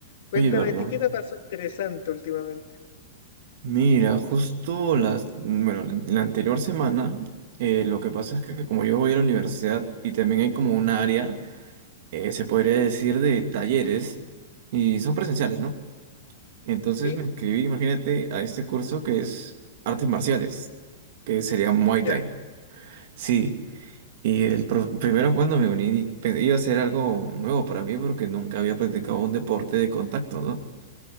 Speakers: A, on the left (about 65°); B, on the right (about 60°).
A: Cuéntame,
B: Oye, ¿verdad?
A: ¿a ti qué te pasó interesante últimamente?
B: Mira, justo las, bueno, la la anterior semana, eh, lo que pasa es que, que como yo voy a la universidad y también hay como un área, eh, se podría decir de talleres y son presenciales, ¿no? Entonces
A: ¿Sí?
B: me inscribí, imagínate, a este curso que es artes marciales, que sería Muay
A: Ya,
B: Thai. Sí. Y el pro- primero cuando me uní pe- iba a ser algo nuevo para mí porque nunca había practicado un deporte de contacto, ¿no?